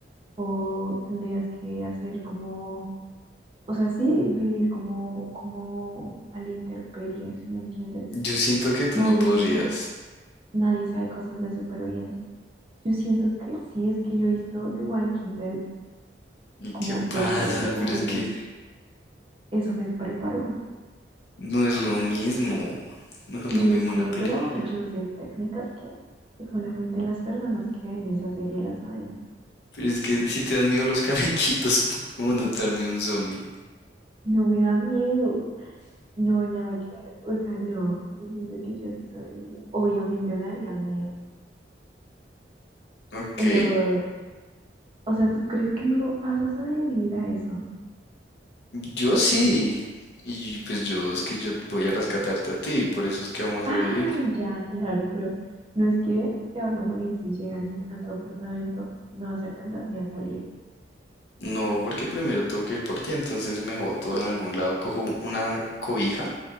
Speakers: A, on the right; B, on the left.
A: o tendrías que hacer como, o sea, sí, vivir como, como a la intemperie, si me entiendes?
B: yo siento que tú
A: Nadie,
B: no podrías.
A: nadie sabe cosas de supervivencia. Yo siento que sí, es que yo he visto The Walking Dead
B: ¿Y
A: como
B: qué pasa?
A: dos veces, entonces
B: Pero es que
A: eso me preparó.
B: no es lo mismo, <laughs> no es
A: Yo
B: lo mismo
A: sé,
B: una película.
A: pero yo sé técnicas que solamente las personas que ven esa serie las saben.
B: Pero es que si te dan miedo los canequitos, <laughs> ¿cómo no te da miedo un zombie?
A: No me da miedo. No, nada que ver. O sea, no. Yo siento que yo sí sobreviviría. Obviamente me darían miedo.
B: Ok,
A: Pero, o sea, ¿tú crees que no vas a sobrevivir a eso?
B: yo sí. Y pues yo es que yo voy a rescatarte a ti, por eso es que vamos a
A: Ay,
B: sobrevivir.
A: ya, claro, pero no es que te vas a morir si llegan a tu apartamento. No vas a alcanzar ni a salir.
B: No, porque primero tengo que ir por ti, entonces me boto en algún lado, cojo una cobija,